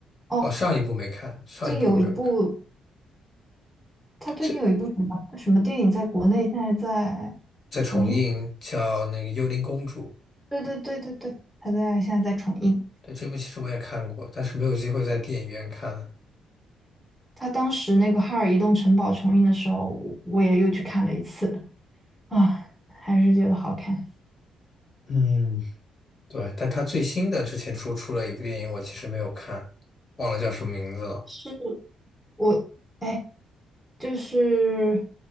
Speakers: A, in the centre; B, on the left.
A: 哦，
B: 哦，上一部没看，上一部没有看。
A: 最近有一部他最近有一部什么什么电影在国内现在在重映吗
B: 这在重映叫那个《幽灵公主》，
A: 对对对对对，他在现在在重映。
B: 对，这部其实我也看过，但是没有机会在电影院看了。
A: 他当时那个《哈尔移动城堡》重映的时候，我我也又去看了一次啊，还是觉得好看。
B: 嗯，对，但他最新的之前出出了一部电影，我其实没有看，忘了叫什么名字了。
A: 是我哎，就是